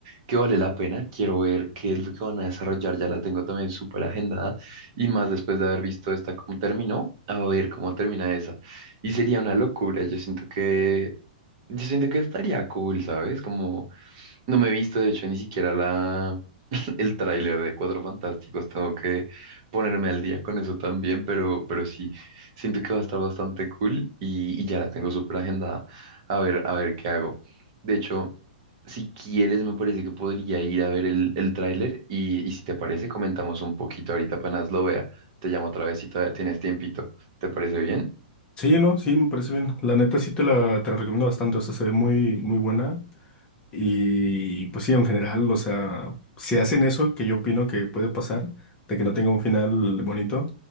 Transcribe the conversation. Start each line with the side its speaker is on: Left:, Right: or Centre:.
Right: que vale la pena. Quiero ver qué es lo que van a desarrollar. Ya la tengo también súper agendada. Y más después de haber visto esta cómo terminó, a ver cómo termina esa. Y sería una locura. Yo siento que, yo siento que estaría cool, ¿sabes? Como no me he visto, de hecho, ni siquiera la el tráiler de Cuatro Fantásticos. Tengo que ponerme al día con eso también, pero, pero sí, siento que va a estar bastante cool y, y ya la tengo súper agendada. A ver, a ver qué hago. De hecho, si quieres, me parece que podría ir a ver el, el tráiler y, y si te parece, comentamos un poquito ahorita apenas lo vea. Te llamo otra vez si todavía tienes tiempito. ¿Te parece bien?
Left: Sí, no, sí, me parece bien. La neta sí te la, te la recomiendo bastante, o sea, se ve muy, muy buena. Y pues sí, en general, o sea, si hacen eso, que yo opino que puede pasar, de que no tenga un final bonito,